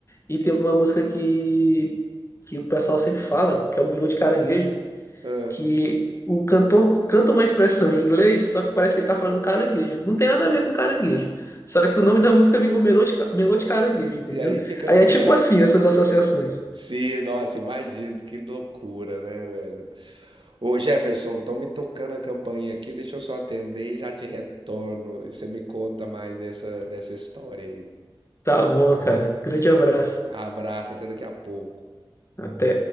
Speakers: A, on the left; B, on the right.
A: E tem uma música que que o pessoal sempre fala, que é o melô de caranguejo
B: ah.
A: que o cantor canta uma expressão em inglês, só que parece que ele tá falando caranguejo. Não tem nada a ver com caranguejo. só que o nome da música virou Melô de, Ca- Melô de Caranguejo, entendeu?
B: E aí fica,
A: Aí
B: fica.
A: é tipo assim, essas associações.
B: Sim, nossa, imagino, que loucura, né, velho? Ô Jefferson, estão me tocando a campainha aqui, deixa eu só atender e já te retorno. E Você me conta mais dessa, dessa história aí.
A: Tá bom, cara. Grande abraço.
B: Abraço, até daqui a pouco.
A: Até.